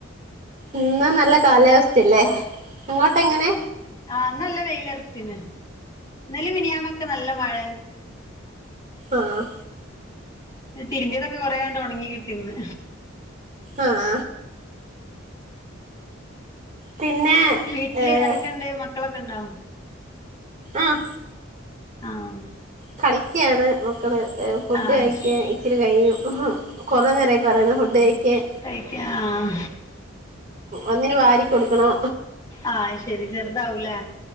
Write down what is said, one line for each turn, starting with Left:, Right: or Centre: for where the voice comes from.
Right: ഇന്നാ നല്ലെ കാലാവസ്ഥയല്ലേ അങ്ങോട്ട് എങ്ങനെ
Left: ആഹ ഇന്ന് നല്ല വെയിലറച്ചീന് ഇന്നലെ മിനിയാന്നൊക്കെ നല്ല മഴ
Right: ആഹ
Left: തിരുമ്പിയതൊക്കെ കൊറണ്ട് ഒണങ്ങി കിട്ടിന്ന്
Right: ആഹ പിന്നെ
Left: വീട്ടില്
Right: ഏഹ്
Left: ആരൊക്കെണ്ട് മക്കളൊക്കെണ്ടോ?
Right: ആഹ
Left: ആാം
Right: കളിക്കയാണ് മ ഫുഡ്
Left: ആഹ്
Right: കഴിക്കാൻ
Left: അത് ശരി
Right: ഇച്ചിരി കഴിയും കുറെ നേരായി പറയുന്നു ഫുഡ് കഴിക്കാൻ
Left: കഴിക്കാം
Right: ഒന്നിന് വാരി കൊടുക്കണോ
Left: ആഹ് അയ്ശരി ചെറുതാവൂലെ